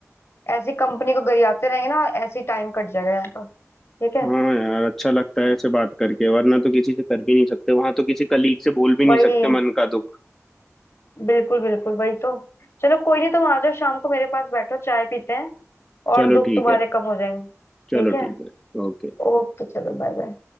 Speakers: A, on the left; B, in the centre.
A: ऐसी कंपनी को गरियाते रहेंगे ना ऐसी टाइम कट जाएगा यहाँ पर ठीक है
B: हाँ यार अच्छा लगता है ऐसे बात करके वरना तो किसी से कर भी नहीं सकते वहां तो किसी कलीग से बोल भी नहीं
A: वही
B: सकते मन का दुख
A: बिल्कुल बिल्कुल वही तो चलो कोई नहीं तुम आ जाओ शाम को मेरे पास बैठो चाय पीते हैं
B: चलो
A: और दुख
B: ठीक
A: तुम्हारे
B: है
A: कम हो जाएंगे
B: चलो
A: ठीक है
B: ठीक है ओके
A: ओके चलो बाय बाय